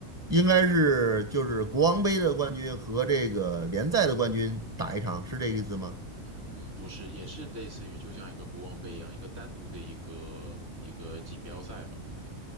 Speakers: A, on the right; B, on the right.
A: 应该是就是国王杯的冠军和这个联赛的冠军打一场，是这个意思吗？
B: 嗯，不是，也是类似于就像一个国王杯一样，一个单独的一个一个锦标赛吧。对，